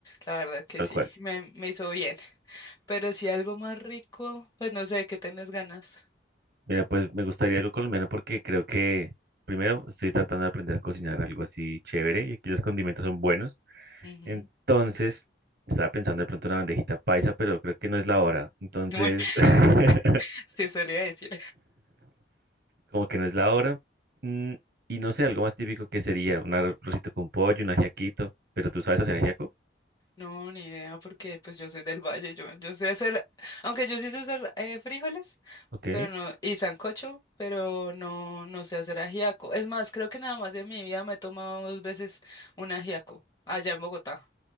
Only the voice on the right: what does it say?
tal
cual.
Mira, pues me gustaría algo colombiano porque creo que primero estoy tratando de aprender a cocinar algo así chévere y aquí los condimentos son buenos.
Entonces, estaba pensando de pronto en una bandejita paisa, pero creo que no es la hora. Entonces,
<laughs>
como que no es la hora. Mm, y no sé, algo más típico que sería un arrocito con pollo, un ajiaquito. Pero tú sabes hacer ajiaco,
¿ok?